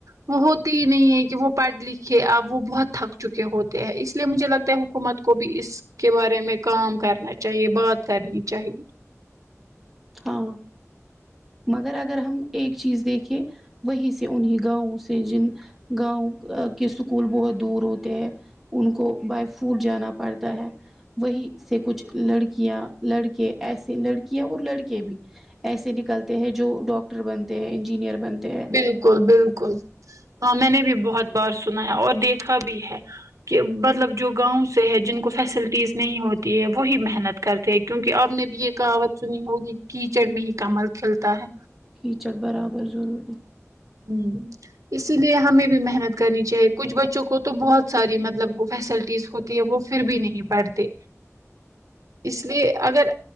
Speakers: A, on the right (about 80°); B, in the centre.
A: وہ ہوتی ہی نہیں ہے کہ وہ پڑھ لکھے اب وہ بہت تھک چکے ہوتے ہیں اس لیے مجھے لگتا ہے حکومت کو بھی اس کے بارے میں کام کرنا چاہیے بات کرنی چاہیے
B: ہاں مگر اگر ہم ایک چیز دیکھے وہی سے انیں گاؤں سے جن گاؤں ا کے سکول بہت دور ہوتے ہیں ان کو بائی فوٹ جانا پڑتا ہے وہی سے کچھ لڑکیاں لڑکے ایسے لڑکیاں اور لڑکی کے بھی ایسے نکلتے ہیں جو ڈاکٹر بنتے ہیں انجینئر بنتے ہیں
A: بالکل بالکل ہاں میں نے بھی بہت بار سنا ہے اور دیکھا بھی ہے کہ مطلب جو گاؤں سے ہے جن کو فیسلٹیز نہیں ہوتی ہے وہی محنت کرتے کیونکہ آپ نے بھی یہ کہاوت سنی ہوگی کیچڑ میں ہی کمل کھلتا ہے
B: کیچڑ برابر ضروری
A: ہوں اسی لیے ہمیں بھی محنت کرنی چاہیے کچھ بچوں کو تو بہت ساری مطلب فیسلٹیز ہوتی ہے وہ پھر بھی نہیں پڑھتے اس لیے اگر